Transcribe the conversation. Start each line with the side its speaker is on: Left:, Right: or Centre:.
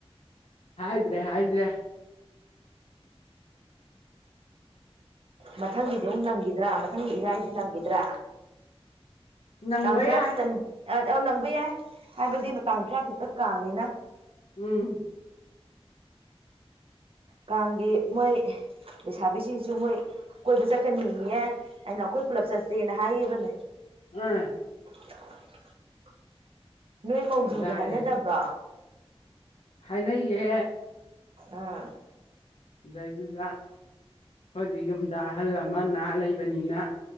Left: ꯍꯥꯏꯗ꯭ꯔꯦ ꯍꯥꯏꯗ꯭ꯔꯦ
Right: ꯃꯊꯪꯒꯤꯗꯤ ꯑꯃꯨꯛ ꯅꯪꯒꯤꯗ꯭ꯔꯥ ꯃꯊꯪꯒꯤ ꯏꯔꯥꯏꯁꯤ ꯅꯪꯈꯤꯗ꯭ꯔꯥ
Left: ꯅꯪꯕ
Right: ꯇꯥꯡ ꯇ꯭ꯔꯥꯇꯨꯛꯇꯅꯤ
Left: ꯌꯥꯏ
Right: ꯑ ꯅꯪꯕ ꯌꯥꯏ ꯍꯥꯏꯕꯗꯤ ꯃꯇꯥꯡ ꯇꯔꯥꯇꯨꯛꯇ ꯀꯥꯡꯅꯤꯅ
Left: ꯎꯝ
Right: ꯀꯥꯡꯒꯤ ꯃꯣꯏ ꯂꯩꯁꯥꯕꯤꯁꯤꯡꯁꯨ ꯃꯣꯏ ꯀꯣꯏꯕ ꯆꯠꯀꯟꯅꯤꯌꯦ ꯑꯩꯅ ꯑꯩꯈꯣꯏ ꯄꯨꯂꯞ ꯆꯠꯁꯦꯅ ꯍꯥꯏꯈꯤꯕꯅꯦ
Left: ꯎꯝ
Right: <unintelligible> ꯅꯣꯏ ꯃꯧꯖꯤꯡꯒꯤ
Left: ꯌꯥꯏꯌꯦ
Right: ꯍꯥꯏꯅꯗꯕ꯭ꯔꯥ
Left: ꯍꯥꯏꯅꯩꯌꯦ
Right: ꯑꯥ
Left: ꯑꯗꯩꯗꯨꯗ ꯈꯣꯏꯗꯤ ꯌꯨꯝꯗ ꯑꯍꯜ ꯑꯃ ꯅꯥꯥ ꯂꯩꯕꯅꯤꯅ